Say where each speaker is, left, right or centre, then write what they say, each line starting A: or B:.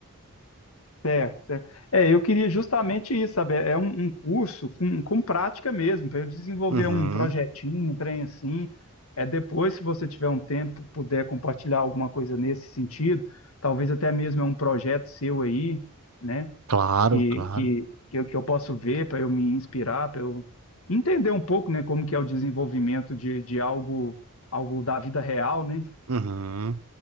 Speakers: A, on the left; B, on the right.
A: Certo, certo. É, eu queria justamente isso, sabe? É um, um curso com, com prática mesmo, para eu desenvolver
B: Uhum,
A: um projetinho, um trem assim. É depois, se você tiver um tempo, puder compartilhar alguma coisa nesse sentido, talvez até mesmo é um projeto seu aí, né?
B: claro,
A: que,
B: claro.
A: que, que, eu, que eu posso ver para eu me inspirar, para eu entender um pouco, né, como que é o desenvolvimento de, de algo, algo da vida real, né?
B: Uhum.